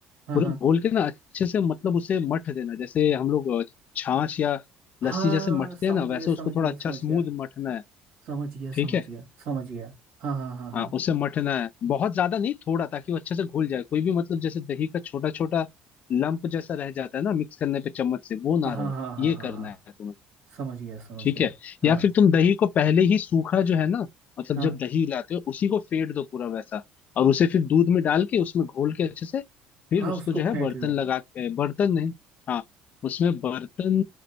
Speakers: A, on the right (about 65°); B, on the left (about 45°).
A: हाँ
B: पूरा
A: हाँ
B: घोल के ना अच्छे से मतलब उसे मठ देना जैसे हम लोग अ, छाछ या लस्सी
A: हाँ
B: जैसे मठते
A: समझ
B: हैं ना
A: गया
B: वैसे उसको
A: समझ
B: थोड़ा
A: गया
B: अच्छा
A: समझ
B: स्मूथ
A: गया
B: मठना है
A: समझ गया
B: ठीक
A: समझ
B: है
A: गया समझ गया हाँ हाँ हाँ हाँ
B: हाँ उसे मठना है बहुत ज्यादा नहीं थोड़ा ताकि वो अच्छे से घुल जाए कोई भी मतलब जैसे दही का छोटा छोटा लंप जैसा रह जाता है ना मिक्स करने पे चम्मच से वो
A: हाँ
B: ना
A: हाँ
B: रहे
A: हाँ
B: ये
A: हाँ हाँ
B: करना है तुम्हें
A: समझ गया समझ
B: ठीक
A: गया
B: है
A: हाँ
B: या फिर तुम दही को पहले ही सूखा जो है ना मतलब
A: हाँ
B: जब दही लाते हो उसी को फेट दो पूरा वैसा और उसे फिर दूध में डाल के उसमें घोल के अच्छे से फिर
A: हाँ
B: उसको
A: उसको
B: जो है
A: फेंट
B: बर्तन
A: लो
B: लगा के बर्तन नहीं हाँ उसमें बर्तन